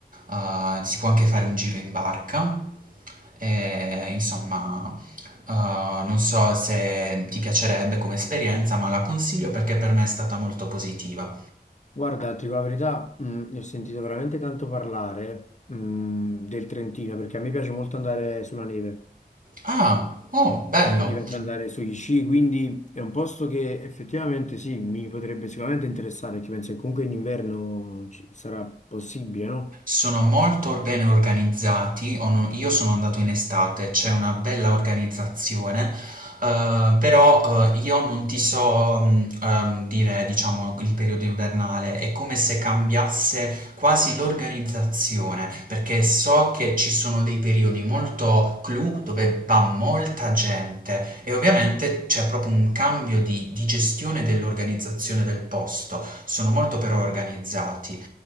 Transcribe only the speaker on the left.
Guarda, ti dico la verità, mh, ne ho sentito veramente tanto parlare, mh, del Trentino, perché a me piace molto andare sulla neve.
Mi piace andare sugli sci, quindi è un posto che effettivamente sì, mi potrebbe sicuramente interessare, perché penso che comunque in inverno ci- sarà possibile, no?